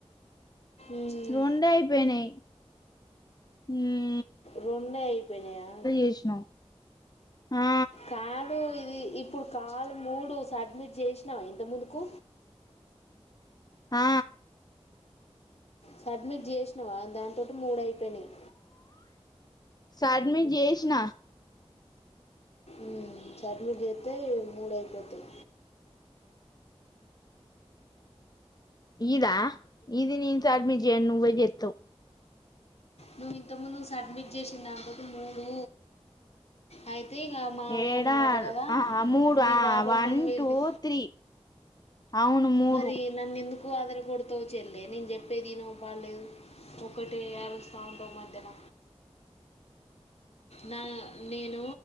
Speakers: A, on the left (about 70°); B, on the left (about 35°).
A: ఉమ్.
B: రొండే అయిపోనాయి మ్మ్
A: రొండే అయిపోయినయా
B: చేసినావు ఆ
A: కాదు ఇది ఇప్పుడు కాలు మూడు సబ్మిట్ చేసినావా ఇంత ముందుకు
B: ఆ
A: సబ్మిట్ చేసినావా దాని తోటి మూడ అయిపోయినాయి
B: సబ్మిట్ చేసిన
A: మ్మ్ సబ్మిట్ చెత్తే మూడు అయిపోతాయి
B: ఇదా ఇది నేన్ సబ్మిట్ జెయ్యాన్ నువ్వే జెత్తవ్
A: నువ్వు ఇంతముందు సడ్మిట్ చేస దాంతటి మూడు అయి తె ఇగ మామయ్య
B: ఏడా
A: అన్నాడట కదా
B: ఆ మూడు
A: మీ
B: ఆ
A: బాబమ్మని
B: వన్
A: మీరు
B: టూ
A: తీ
B: త్రీ అవును మూడు
A: మరి నన్ ఎందుక్ కు అదర కొడతావు చెల్లే నేను చెప్పేది ఇను బాగాలేదు ఒకటే అరుస్తా ఉంటావు మధ్యల నా నేను